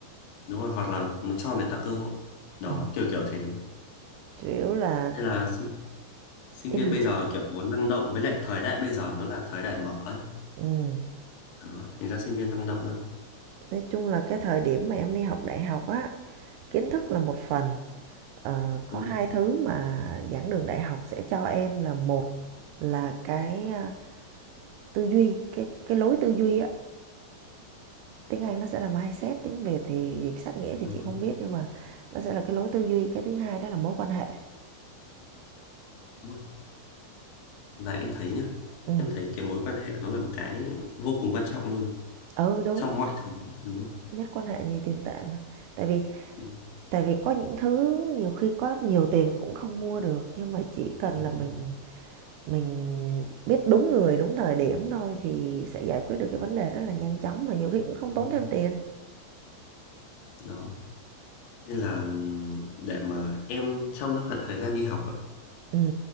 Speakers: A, on the left (about 65°); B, on the right (about 80°).
A: đúng rồi hoặc là nó cho người ta cơ hội đó
B: ừm,
A: kiểu kiểu thế nên
B: chủ yếu là
A: là sinh sinh
B: ý
A: viên
B: là
A: bây giờ kiểu muốn năng động với lại thời đại bây giờ nó là thời đại mở ấy
B: ừm,
A: đó thành ra sinh viên năng động lắm
B: nói chung là cái thời điểm mà em đi học đại học á, kiến thức là một phần Ờ, có
A: đúng
B: hai
A: không?
B: thứ mà giảng đường đại học sẽ cho em là một là cái à, tư duy cái cái lối tư duy á tiếng Anh nó sẽ là mindset tiếng Việt thì dịch sát nghĩa thì
A: đúng
B: chị
A: rồi
B: không biết nhưng mà nó sẽ là cái lối tư duy cái thứ hai đó là mối quan hệ
A: đúng rồi và em thấy nhá
B: ừ
A: em thấy cái mối quan hệ nó là một cái vô cùng quan trọng luôn
B: ừ đúng
A: trong mọi thứ đúng rồi
B: nhất quan hệ nhì tiền tệ mà tại vì
A: đúng,
B: tại vì có những thứ nhiều khi có nhiều tiền cũng không mua được nhưng mà chỉ cần
A: đúng
B: là
A: rồi
B: mình mình biết đúng người đúng thời điểm thôi thì sẽ giải quyết được cái vấn đề rất là nhanh chóng mà nhiều khi cũng không
A: đúng
B: tốn thêm
A: rồi
B: tiền
A: đó nên là ừm, để mà em trong cái khoảng thời gian đi học ấy,
B: ừ